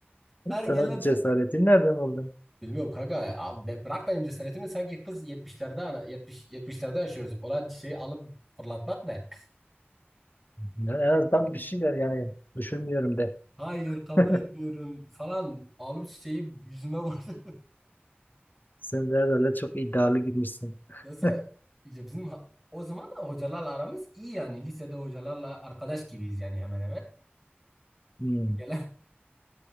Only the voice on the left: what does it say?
Sen o cesaretin nereden buldun?
Ya En azından bir şeyler yani düşünmüyorum de.
<laughs>
Sen de herhalde çok iddialı girmişsin.
<laughs>
Hmm.